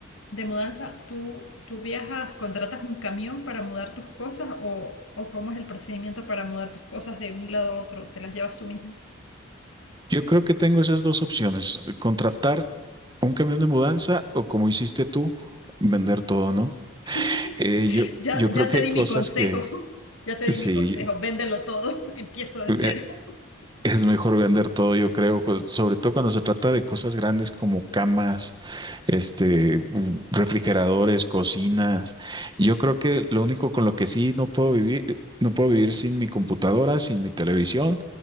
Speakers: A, on the left; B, on the right.
A: de mudanza, ¿tú, tú viajas, contratas un camión para mudar tus cosas o, o cómo es el procedimiento para mudar tus cosas de un lado a otro? ¿Te las llevas tú mismo?
B: Yo creo que tengo esas dos opciones, contratar un camión de mudanza o como hiciste tú, vender todo, ¿no?
A: <laughs>
B: Eh, yo,
A: Ya,
B: yo creo
A: ya
B: que
A: te
B: hay
A: di
B: cosas
A: mi consejo,
B: que,
A: <laughs> ya te
B: sí,
A: di mi consejo, véndelo todo, <laughs> empieza de
B: eh,
A: cero. <laughs>
B: Es mejor vender todo, yo creo, co- sobre todo cuando se trata de cosas grandes como camas, este, u- refrigeradores, cocinas. Yo creo que lo único con lo que sí no puedo vivir, eh, no puedo vivir sin mi computadora, sin mi televisión,